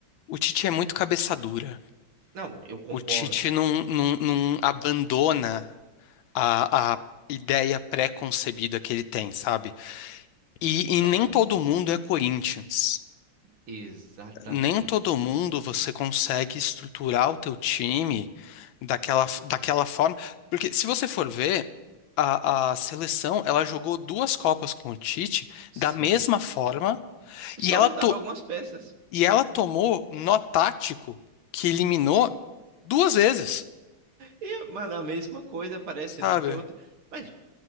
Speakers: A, on the left; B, on the right.
A: o Tite é muito cabeça dura.
B: Não, eu concordo.
A: O Tite não, não, não abandona a, a ideia pré-concebida que ele tem, sabe? E, e
B: Total.
A: nem todo mundo é Corinthians.
B: Exatamente.
A: nem todo mundo você consegue estruturar o teu time daquela, daquela forma. Porque se você for ver, a, a seleção ela jogou duas Copas com o Tite
B: Sim.
A: da mesma forma e
B: Só
A: ela,
B: mudava
A: to,
B: algumas peças.
A: e ela tomou nó tático que eliminou duas vezes,
B: E, mano, a mesma coisa parece,
A: sabe?
B: não tinha outra. Mas